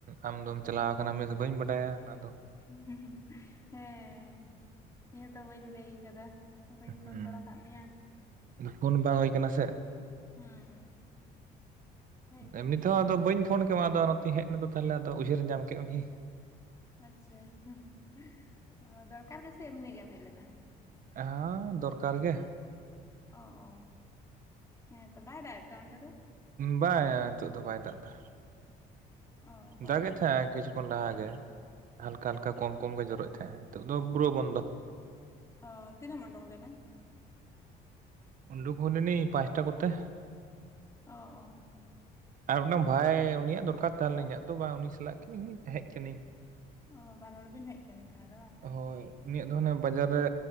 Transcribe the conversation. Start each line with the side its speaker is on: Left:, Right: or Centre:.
Right: ᱟᱢ ᱫᱚᱢ ᱪᱟᱞᱟᱣ ᱟᱠᱟᱱᱟ ᱢᱮᱥ ᱵᱟᱹᱧ ᱵᱟᱰᱟᱭᱟ ᱚᱱᱟ ᱫᱚᱼᱼ
Left: <unintelligible> ᱦᱮᱸ ᱤᱭᱟᱹ ᱛᱚ ᱵᱟᱹᱧ ᱞᱟᱹᱭ ᱠᱟᱫᱟ ᱵᱟᱹᱧ ᱯᱷᱳᱱ
Right: ᱦᱩᱸ
Left: ᱵᱟᱲᱟ ᱟᱠᱟᱫ ᱢᱮᱭᱟ
Right: ᱯᱷᱳᱱ ᱵᱟᱝ ᱦᱩᱭ ᱠᱟᱱᱟ ᱥᱮᱼᱼ
Left: ᱦᱩᱸ ᱦᱮᱡ ᱠᱟᱹᱱᱟᱹᱧ
Right: ᱮᱢᱱᱤ ᱛᱮᱦᱚᱸ
Left: ᱤᱧ
Right: ᱟᱫᱚ
Left: ᱦᱚᱸ
Right: ᱵᱟᱹᱧ ᱯᱷᱳᱱ ᱠᱮᱢᱟ ᱟᱫᱚ ᱱᱚᱛᱮᱧ ᱦᱮᱡ ᱮᱱᱟ ᱛᱟᱦᱚᱞᱮ ᱟᱫᱚ ᱩᱭᱦᱟᱹᱨ ᱧᱟᱢ ᱠᱮᱫ ᱢᱤᱭᱟᱹᱧ <unintelligible>
Left: ᱟᱪᱪᱷᱟ ᱦᱩᱸ ᱦᱩᱸ ᱫᱚᱨᱠᱟᱨ ᱜᱮᱥᱮ ᱮᱢᱱᱤ ᱜᱮᱢ ᱦᱮᱡ ᱞᱮᱱᱟ
Right: ᱦᱮᱸ ᱫᱚᱨᱠᱟᱨ ᱜᱮᱼᱼ
Left: ᱚ ᱚ ᱦᱮᱸ ᱛᱚ ᱵᱟᱭ ᱫᱟᱜ ᱮᱫ ᱛᱮ ᱚᱱᱛᱮ ᱫᱚᱼᱼ
Right: ᱵᱟᱭᱟ ᱱᱤᱛᱚᱜ ᱫᱚ ᱵᱟᱭ ᱫᱟᱜ ᱮᱫᱟ
Left: ᱚ ᱵᱚᱱᱫᱚ
Right: ᱫᱟᱜ ᱮ ᱛᱟᱦᱮᱭᱟᱭ
Left: ᱠᱟᱫᱟ ᱵᱟᱝ
Right: ᱠᱩᱪᱷᱩᱼᱼ ᱠᱷᱚᱱ ᱞᱟᱦᱟ ᱜᱮ ᱦᱟᱞᱠᱟ ᱦᱟᱞᱠᱟ ᱠᱚᱢ ᱠᱚᱢ ᱜᱮ ᱡᱚᱨᱚᱜᱮᱫ ᱛᱟᱦᱮᱸᱜ ᱱᱤᱛᱚᱜ ᱫᱚ ᱯᱩᱨᱟᱹ ᱵᱚᱱᱫᱚ
Left: ᱚ ᱛᱤᱨᱮᱢ ᱚᱰᱚᱝ ᱞᱮᱱᱟ
Right: ᱩᱸᱰᱩᱠ ᱞᱮᱱᱤᱧ ᱯᱟᱸᱪᱴᱟ ᱠᱚᱛᱮᱼᱼ
Left: ᱚ ᱚ
Right: ᱟᱨ ᱚᱱᱟ ᱵᱷᱟᱭ ᱩᱱᱤᱭᱟᱜ ᱫᱚᱨᱠᱟᱨ ᱛᱟᱦᱮᱸ ᱞᱮᱱᱟ ᱤᱧᱟᱜ ᱫᱚ ᱵᱟᱝ ᱩᱱᱤ ᱥᱟᱞᱟᱜ ᱜᱮᱧ <unintelligible>
Left: ᱚ ᱵᱟᱨ ᱦᱚᱲ ᱵᱤᱱ ᱦᱮᱡ ᱟᱠᱟᱱᱟ ᱛᱟᱦᱚᱞᱮ ᱵᱟᱝᱼᱼ
Right: ᱦᱳᱭ ᱩᱱᱤᱭᱟᱹᱜ ᱫᱚ ᱦᱚᱱᱮ ᱵᱟᱡᱟᱨ ᱨᱮ